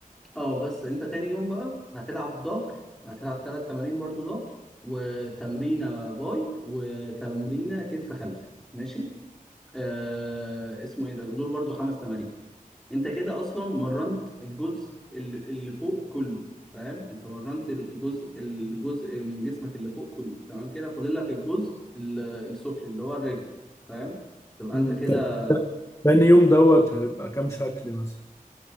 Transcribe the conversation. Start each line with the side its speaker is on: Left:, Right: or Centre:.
Centre: اه بس انت تاني يوم بقى هتلعب ظهر هتلعب تلات تمارين برضو ظهر وتمرينة باي وتمرينة كتف خلفي ماشي آه اسمه ايه ده دول برضو خمس تمارين انت كده اصلا مرنت الجزء ال- اللي فوق كله فاهم انت مرنت الجزء الجزء من جسمك اللي فوق كله تمام كده فاضل لك الجزء ال- السفلي اللي هو الرجل فاهم تبقى
Left: أمم،
Centre: انت كده
Left: طب تاني يوم دوت هيبقى كام شكل مثلا